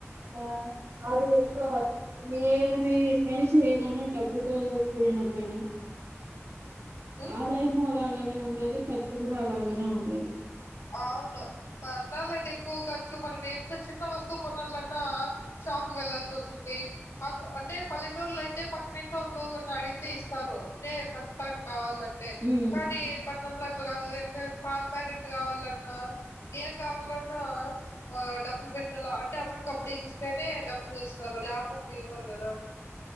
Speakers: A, on the right (about 70°); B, on the left (about 85°).
A: ఆ అది ఇంకా ఏమి పని చేయాలన్నా డబ్బుతో కూడిన పని
B: ఆ
A: ఆదాయము అలాగ అనే ఉండేది ఖర్చు కూడా అలాగనే ఉంటాది
B: అవును పట్నాలో అయితే ఎక్కువ ఖచ్చు మనం ఎంత చిన్న వస్తువు కొనాలన్నా షాప్ కు వెళ్లాల్సి వస్తుంది అంటే పల్లెటూరులో అయితే పక్కనింటోళ్ళు వాళ్ళు అడిగితే ఇస్తారు అంటే ప్రస్తుతానికి కావాల అంటే
A: హ్మ్.
B: కానీ పట్నంలో అ అట్లగాదు గద అతే పాల ప్యాకట్ ట్ కావాలన్నా ఏం కావాలన్నా ఆ డబ్బులు పెట్టాల అంటే అప్పటికప్పుడు ఇస్తేనే డబ్బులు ఇస్తారు లేపోతే ఇవ్వరు కదా